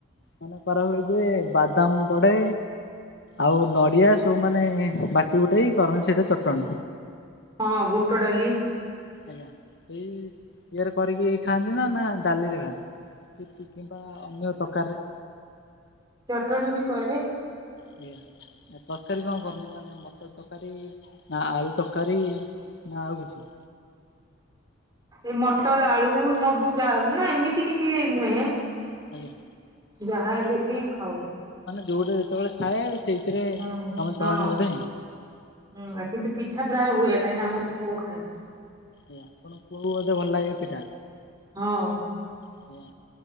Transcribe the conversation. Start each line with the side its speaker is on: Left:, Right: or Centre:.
Left: ମାନେ କରା ହୁଏ ଯେ ବାଦାମ ପଡ଼େ ଆଉ ନଡିଆ ସବୁ ମାନେ ବାଟି ଗୋଟେଇ କରନ ସେଇଟା। ଚଟଣି
Right: ହଁ ବୁଟ ଡାଲି।
Left: ଆଜ୍ଞା ଏଇ ଇଏରେ କରିକି ଖାଆନ୍ତି ନା ନା ଡାଲିରେ ଖାଆନ୍ତି କି କି କିମ୍ବା ଅନ୍ୟ ପ୍ରକାରରେ
Right: ଚଟଣୀ ବି କରେ।
Left: ଆଜ୍ଞା ଆ ତରକାରୀ
Right: ହଁ
Left: କଣ କରନ୍ତି ମାନେ ମତ ତରକାରୀ ନା ଆଳୁ ତରକାରୀ ନା ଆଉ କିଛି?
Right: ଏ ମଟର ଆଳୁ ସବୁ ଯାଉନି ନା ଏମିତି କିଛି ନୁହେଁ।
Left: ଆଜ୍ଞା
Right: ଯାହା ହେଲେ ବି ଖାଉ
Left: ଯୋଉଟେ ଯେତେବେଳେ ଥାଏ ସେଇଥିରେ
Right: ହୁଁ
Left: କାମ ଚଳାନ୍ତି
Right: ହଁ
Left: ବୋଧେ
Right: ହଁ କିନ୍ତୁ ପି ମିଠା ପ୍ରାୟ ହୁଏ କାଇଁକିନା ଆମ ପୁଅ ଖାଏ।
Left: ଆଜ ଆପଣଙ୍କ ପୁଅ ବୋଧେ ଭଲ ଲାଗେ ପିଠା।
Right: ହଁ।
Left: ହୁଁ।